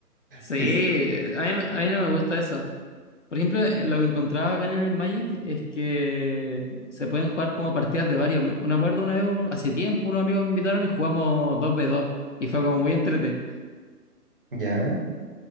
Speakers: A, on the left; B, on the right.
A: Sí,
B: Sí, s-
A: a mí, a mí no me gusta eso. Por ejemplo, eh, lo que encontraba acá en el Magic es que se pueden jugar como partidas de varios. Me acuerdo una vez, hace tiempo, unos amigos me invitaron y jugamos dos v dos y fue como muy entrete.
B: ya,